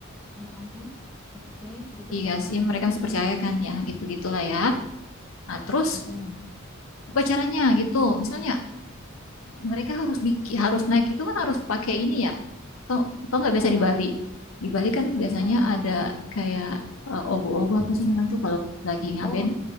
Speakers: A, in the centre; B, on the left.
A: Ya ampun. Oke, ribet
B: dikasih
A: banget.
B: mereka masih percaya kan ya, gitu-gitulah ya. Nah, terus
A: Mm-mm.
B: upacaranya gitu. Misalnya mereka harus bikin harus naik itu kan harus pakai ini ya toh toh nggak biasa
A: Apa?
B: di Bali di Bali kan biasanya
A: Eh,
B: ada kayak eh, ogo-ogo apa sih namanya itu kalau lagi ngaben
A: oh,